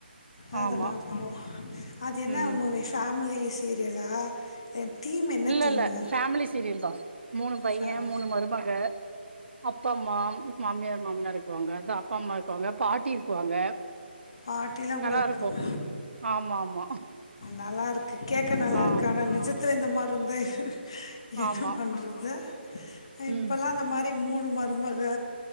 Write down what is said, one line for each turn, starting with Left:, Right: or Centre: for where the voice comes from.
Left: அது
Right: ஆமா
Left: நா போ அது என்ன
Right: ம்
Left: மூவி ஃபேமிலி சீரியலா தீம் என்ன
Right: இல்ல
Left: தீமு
Right: இல்ல ஃபேமிலி சீரியல் தா மூணு பைய
Left: ஃபேமிலி
Right: மூணு மருமக அப்பா அம்மா மாமியார் மாமனார் இருக்குவாங்க தோ அப்பா அம்மா இருக்குவாங்க பாட்டி இருக்குவாங்க
Left: பாட்டிலாம்
Right: நல்லாருக்கு
Left: கூட இருக்காங்க
Right: ஆமா ஆமா
Left: நல்லா இருக்கு கேட்க நல்லா
Right: ஆ
Left: இருக்கு ஆனா நிஜத் துல இந்த மாரி இருந்தா என்ன
Right: ஆமா
Left: பண்றது இப்பெல்லா
Right: ம்
Left: இந்த மாரி மூணு மருமக